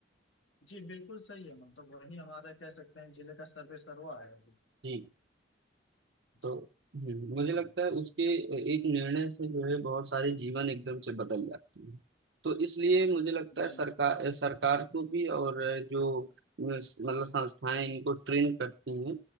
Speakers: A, on the left (about 85°); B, on the right (about 70°).
A: जी बिल्कुल सही है मतलब वही हमारा कह सकते हैं जिले का सर्वे सर्वा है अभी।
B: जी
A: जी
B: तो हम्म, मुझे लगता
A: हम्म,
B: है उसके एक निर्णय से जो है बहुत सारे जीवन एकदम से बदल जाते हैं तो इसलिए मुझे लगता है
A: जी
B: सरकार सरकार को भी और जो मतलब संस्थाएं इनको ट्रेन करती हैं